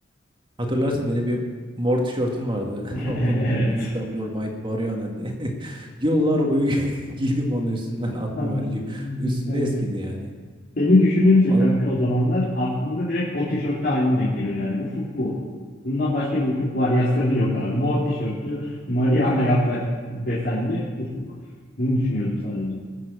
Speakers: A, on the right (about 25°); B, on the left (about 50°).
A: Hatırlarsın benim bir mor tişörtüm vardı.
B: <laughs>
A: <laughs> Open with
B: Evet.
A: up your might Mariana diye. <laughs> Yıllar boyu <laughs> giydim onu üstümden atmama.
B: Abi,
A: Y- Üstümde
B: cidden
A: eskidi
B: ya.
A: yani.
B: Seni düşününce
A: Vallahi,
B: kanka o zamanlar aklımda direkt o tişörtlü halin denk geliyor yani. Ufuk bu. Bundan başka bir ufuk varyasyonu yok abi. Mor tişörtlü, Mariana yaprak desenli ufuk. Bunu düşünüyordum sadece.